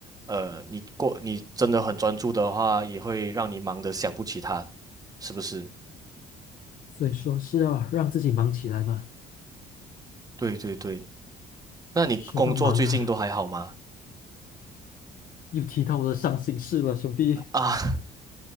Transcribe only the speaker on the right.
呃，你过你真的很专注的话，也会让你忙得想不起他，是不是？
对对对，那你工作最近都还好吗？
<laughs> 啊。